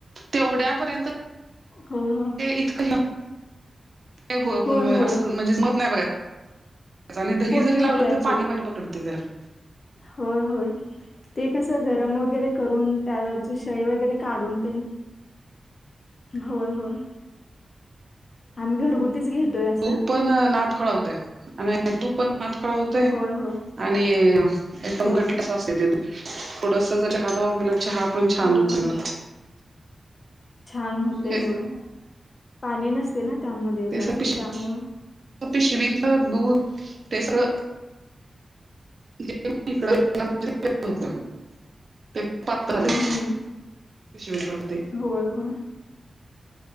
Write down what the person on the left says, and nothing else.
हो हो.
होय होय
होत
नाहीत
त्याचे
होय होय. ते कस गरम वगैरे करून त्यावरची शाई वगैरे काढून तेन होय होय. आम्ही घरगुतीच घेतोय असं.
होय होय
होय
होय
होय.
छान होतंय
होय, पाणी नसते ना. त्यामध्ये
जास्त
त्यामुळं
हम्म
होय होय.